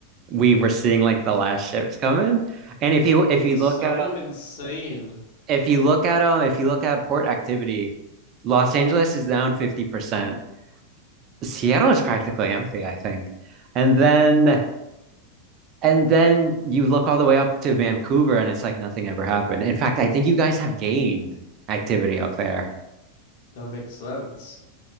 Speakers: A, on the right; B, on the left.
A: We were seeing like the last ships coming, and if you if
B: This
A: you
B: is
A: look
B: so
A: at
B: insane.
A: if you look at 'em- if you look at port activity, Los Angeles is down fifty percent. Seattle is practically empty, I think. And then and then you look all the way up to Vancouver and it's like nothing ever happened. In fact, I think you guys have gained activity up there.
B: That makes sense.